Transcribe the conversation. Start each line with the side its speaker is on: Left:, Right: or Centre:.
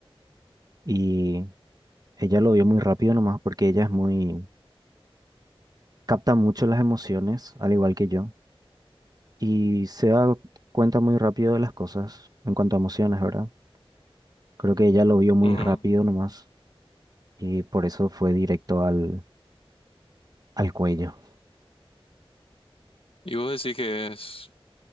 Right: Y ella lo vio muy rápido nomás porque ella es muy, capta mucho las emociones, al igual que yo, y se da cuenta muy rápido de las cosas en cuanto a emociones, ¿verdad? Creo que ella lo vio muy
Left: Ujú.
Right: rápido nomás y por eso fue directo al, al cuello.
Left: Y vos decís que es